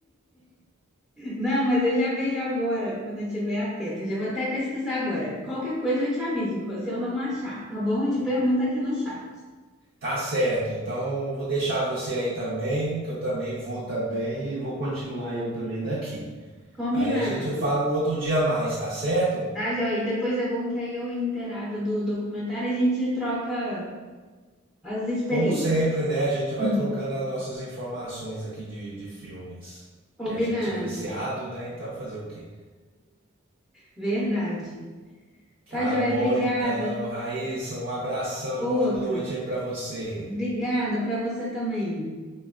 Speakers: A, in the centre; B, on the right.
A: Não, mas eu já vejo agora, quando eu estiver atento. Já vou até pesquisar agora. Qualquer coisa eu te aviso, se eu não achar, tá bom? Eu te pergunto aqui no chat.
B: Tá certo. Então vou deixar você aí também, que eu também vou também e vou continuar eu também daqui.
A: Combinado.
B: Aí a gente fala um outro dia a mais, tá certo?
A: Tá, joia? E depois é bom que aí eu inteirada do documentário, a gente troca as experiências.
B: Como sempre, né? A
A: <laughs>
B: gente vai
A: Uhum.
B: trocando as nossas informações aqui de, de filmes.
A: Combinado.
B: Que a gente é viciado, né? Então fazer o quê?
A: Verdade.
B: Tá
A: Tá, joia?
B: bom,
A: Obrigada.
B: então, Raíssa, um abração,
A: Outro.
B: boa noite aí pra você.
A: Obrigada para você também.